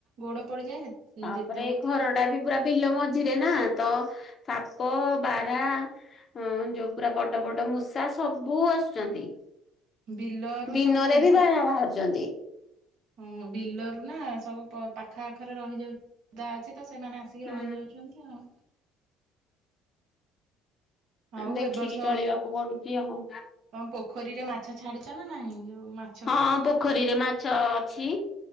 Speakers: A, on the right; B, on the left.
A: ଗୋଡ଼ ପଡ଼ିଯାଏ ହେତ୍ ହଁ
B: ତାପରେ
A: ଯେତେବେଳେ
B: ଏଇ ଘର
A: ତ
B: ଟା ବି ପୁରା ବିଲ ମଝିରେ ନା ତ ସାପ ବାରାହା ହଁ ଯୋଉ ପୁରା ବଡ ବଡ ମୂଷା ସବୁ ଆସୁଛନ୍ତି।
A: ବିଲରୁ
B: ଦିନରେ
A: ସବୁ ଜିନିଷ
B: ବି ବାରା ବାହାରୁଛନ୍ତି।
A: ହଁ ବିଲରୁ ନା ସବୁ ପାଖା ଆଖରେ ରହିଯାଉଛି। ବୁଦା ଅଛି ତ ସେମାନେ ଆସିକି
B: ହୁଁ
A: ରହିଯାଉଛନ୍ତି ଆଉ। ଆଉ
B: ଦେଖିକି
A: ଏ ବର୍ଷ
B: ଚଳିବାକୁ ପଡୁଛି ଆଉ।
A: ତମ ପୋଖରୀରେ ମାଛ ଛାଡିଛ ନା ନାହିଁ ଯୋଉ ମା
B: ହଁ ପୋଖରୀରେ ମାଛ ଅଛି।